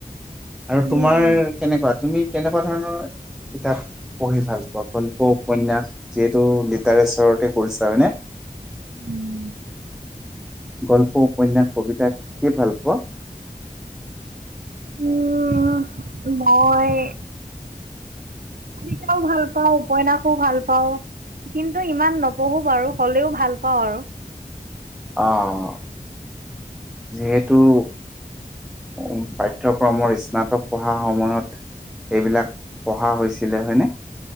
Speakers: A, in the centre; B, on the right.
A: আৰু
B: উম
A: তোমাৰ কেনেকুৱা? তুমি কেনেকুৱা ধৰণৰ কিতাপ পঢ়ি ভাল পোৱা। গল্প, উপন্যাস যিহেতু লিটাৰেচাৰতে পঢ়িছা হয়নে?
B: উম।
A: গল্প, উপন্যাস, কবিতা কি ভাল পোৱা?
B: উম, মই কবিতাও ভাল পাওঁ উপন্যাসো ভাল পাওঁ কিন্তু ইমান নপঢ়ো বাৰু হ'লেও ভাল পাওঁ আৰু
A: অ' যিহেতু উ পাঠ্যক্ৰমৰ স্নাতক পঢ়া সময়ত এইবিলাক পঢ়া হৈছিলে হয়নে